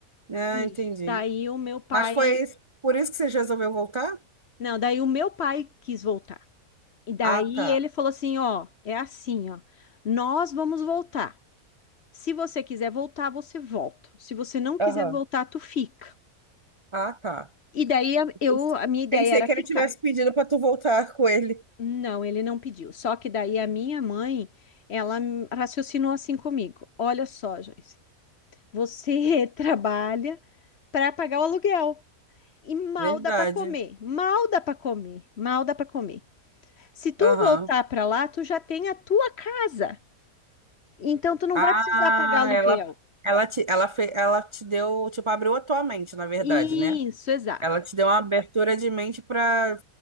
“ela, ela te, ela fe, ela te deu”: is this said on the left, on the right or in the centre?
Right